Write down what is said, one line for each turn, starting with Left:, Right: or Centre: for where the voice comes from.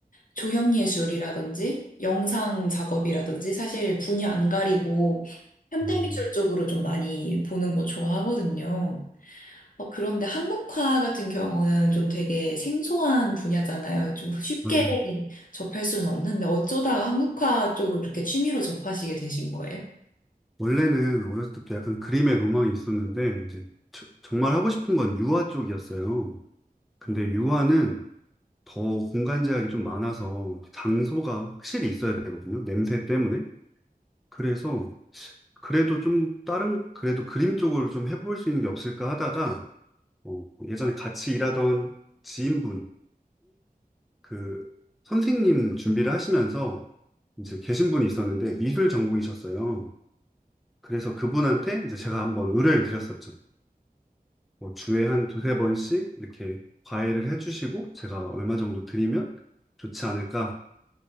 Left: 조형예술이라든지, 영상 작업이라든지, 사실 분야 안 가리고, 현대미술
Centre: 어,
Left: 쪽으로 좀 많이 보는 거 좋아하거든요. 어, 그런데 한국화 같은 경우는 좀 되게 생소한 분야잖아요. 좀 쉽게
Centre: 맞아요.
Left: 접할 수는 없는데, 어쩌다가 한국화 쪽을 이렇게 취미로 접하시게 되신 거예요?
Centre: 원래는 어렸을 때부터 약간 그림의 로망이 있었는데, 이제 저- 정말 하고 싶은 건 유화 쪽이었어요. 근데 유화는 더 공간 제약이 좀 많아서 장소가 확실히 있어야 되거든요. 냄새 때문에. 그래서 그래도 좀 다른, 그래도 그림 쪽으로 좀 해볼 수 있는 게 없을까 하다가 어, 예전에 같이 일하던 지인분이 그 선생님 준비를 하시면서 이제 계신 분이 있었는데 미술 전공이셨어요. 그래서 그분한테 이제 제가 한번 의뢰를 드렸었죠. 뭐 주에 한 두세 번씩 이렇게 과외를 해주시고 제가 얼마 정도 드리면 좋지 않을까